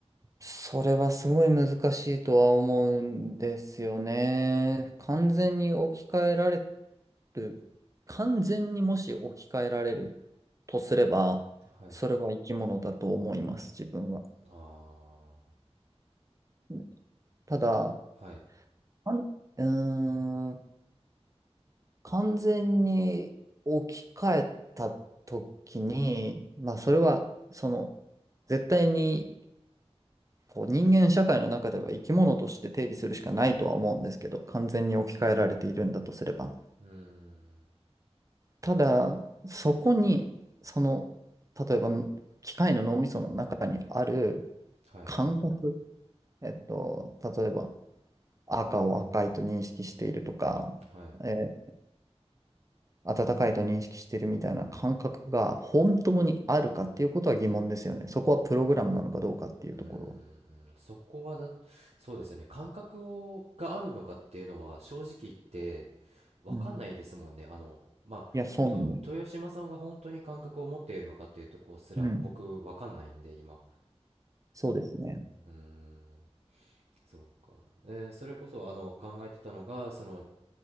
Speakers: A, on the right; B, on the right.
A: それはすごい難しいとは思うんですよね。完全に置き換えられる。完全にもし置き換えられるとすれば、
B: はい。
A: それは生き物だと思います、自分は。
B: あ
A: うんただ、
B: あ、はい。
A: あんうーん完全に置き換えた時に、まあそれはその絶対にこう人間社会の中では生き物として定義するしかないとは思うんですけど、完全に置き換えられているんだとすれば。
B: うーん。
A: ただ、そこにその、例えば機械の脳みその中にある
B: はい。
A: 感覚、えっと、例えば赤を赤いと認識しているとか、
B: はい。
A: え温かいと認識してるみたいな感覚が本当にあるかっていうことは疑問ですよね。そこはプログラムなのかどうかっていうところは。
B: うーん。そこはだ、そうですよね。感覚を、があるのかっていうのは正直言ってわかんないですもんね。
A: うん。
B: あの、まあ、
A: いや、そうなんです。
B: と、豊島さんが本当に感覚を持っているのかっていうとこすら僕わかんないんで、
A: うん。
B: 今。
A: そうですね。
B: うーん。そうか。で、それこそあの考えてたのがその